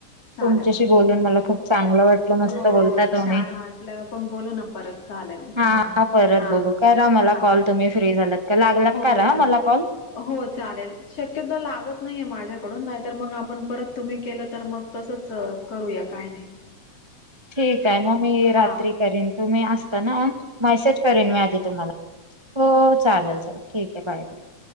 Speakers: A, on the left; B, on the right.
A: चालेल
B: तुमच्याशी
A: हा.
B: बोलून मला खूप चांगलं वाट मस्त
A: हो
B: बोलता तुम्ही.
A: छान वाटलं पण बोलू ना परत चालेल
B: हा
A: हम्म.
B: परत
A: हा
B: बोलू. करा
A: चालेल
B: मला
A: हा
B: कॉल तुम्ही फ्री झालात का लागल का
A: हो
B: करा
A: चा
B: मला कॉल?
A: हो चालेल. शक्यतो लागत नाहीये माझ्याकडून नाहीतर मग आपण परत तुम्ही केलं तर मग तसंच करूया काय नाही.
B: ठीक आहे मग मी रात्री
A: हा.
B: करीन तुम्ही अस ना मेसेज करेन मी आधी तुम्हाला. हो चालेल चालेल ठीक आहे बाय बाय.